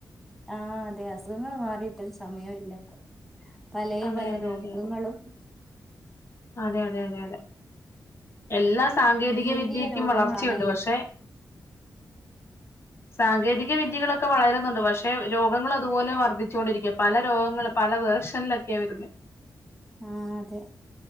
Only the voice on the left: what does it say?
അതെ
അതെ
അതെ അതെ അതെ അതെ അതെ അതെ എല്ലാ സാങ്കേതിക
വിദ്യക്കും
വളർച്ചയുണ്ട് പക്ഷെ സാങ്കേതിക വിദ്യകളൊക്കെ വളരുന്നുണ്ട് പക്ഷെ രോഗങ്ങൾ അതുപോലെ വർദ്ധിച്ചോണ്ടിരിക്കാ പല രോഗങ്ങളും പല വേർഷനിലാ <unintelligible>